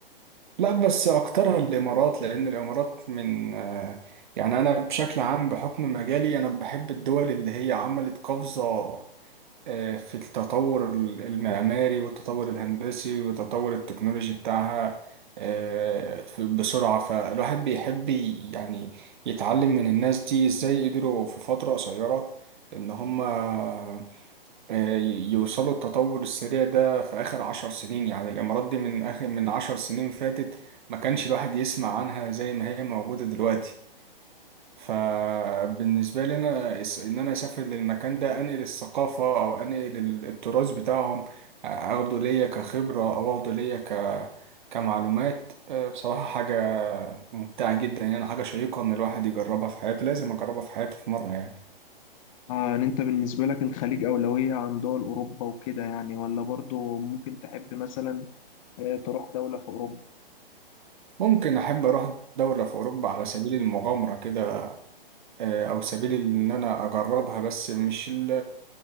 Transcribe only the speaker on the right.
لا بس أكترها الإمارات لأن الإمارات من آه، يعني أنا بشكل عام بحكم مجالي أنا بحب الدول اللي هي عملت قفزة آه، في التطور المعماري والتطور الهندسي والتطور التكنولوجي بتاعها آه، ف- بسرعة فالواحد بيحب ي- يعني يتعلم من الناس دي ازاي قدروا في فترة قصيرة ان هما آه، يوصلوا التطور السريع ده في اخر عشر سنين يعني الامارات دي من اخر من عشر سنين فاتت ما كانش الواحد يسمع عنها زي ما هي موجودة دلوقتي فبالنسبة لي أنا الس- إن أنا أسافر للمكان ده أنقل الثقافة أو أنقل ال- التراث بتاعهم أخده ليا كخبرة أو أخده ليا ك... كمعلومات آه، بصراحة حاجة ممتعة جدا يعني حاجة شيقة إن الواحد يجربها في حياته لازم أجربها في حياتي في مرة يعني
ممكن أحب أروح دولة في أوروبا على سبيل المغامرة كده آه، أو سبيل إن أنا أجربها بس مش ال...